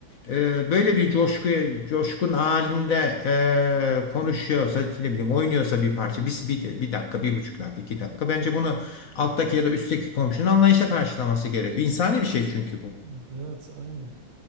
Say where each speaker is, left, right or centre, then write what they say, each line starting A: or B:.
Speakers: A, on the left; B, on the right.
A: Ee, böyle bir coşku, coşkun halinde e, konuşuyorsa, ne bileyim oynuyorsa bir parça, bir, bir, bir dakika, bir buçuk dakika, iki dakika. Bence bunu alttaki ya da üstteki komşunun anlayışla karşılaması gerekiyor. İnsani bir şey çünkü bu.
B: Hı, Evet, aynen.